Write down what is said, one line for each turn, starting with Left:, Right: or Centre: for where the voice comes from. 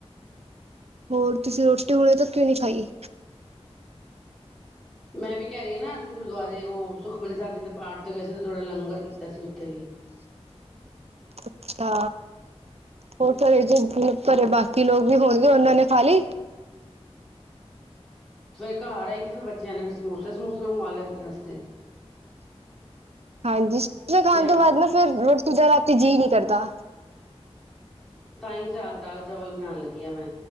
Right: ਹੋਰ ਤੁਸੀਂ ਰੋਟੀ ਹੁਨੇ ਤਕ ਕਿਉਂ ਨੀ ਖਾਈ।
Centre: ਮੈਂ ਵੀ ਕੈ ਰੀ ਆਨਾ ਅਸੀਂ ਗੁਰਦੁਆਰੇ ਓ ਸੁਖਮਨੀ ਸਾਹਿਬ ਜੀ ਦੇ ਪਾਠ ਤੇ ਗਏ ਸੀ, ਥੋੜ੍ਹਾ ਲੰਗਰ ਕੀਤਾ ਸੀ ਉੱਥੇ ਵੀ।
Right: ਅੱਛਾ, ਹੋਰ ਘਰੇ ਜੇ <unintelligible> ਘਰੇ ਬਾਕੀ ਲੋਕ ਵੀ ਹੋਨਗੇ ਉਨਾਂ ਨੇ ਖਾ ਲੀ।
Centre: ਸਵੇਰ ਘਰ ਆਈ ਤੇ ਫਿਰ ਬੱਚਿਆਂ ਨੇ ਫਿਰ ਸਮੋਸੇ ਸਮੋਸੇ ਮੰਗਵਾ ਲਏ ਅਪਣੇ ਵਾਸਤੇ।
Right: ਹਾਂਜੀ ਸਮੋਸੇ ਖਾਨ
Centre: ਤੇ
Right: ਤੋਂ
Centre: ਅੱਜ
Right: ਬਾਦ ਨਾ ਫਿਰ ਰੋਟੀ ਦਾ ਰਾਤੀ ਜੀਅ ਨੀ ਕਰਦਾ।
Centre: ਤਾਂ ਈ ਚਾਲ ਦਾਲ ਚਾਵਲ ਬਨਾਨ ਲੱਗੀ ਆ ਮੈ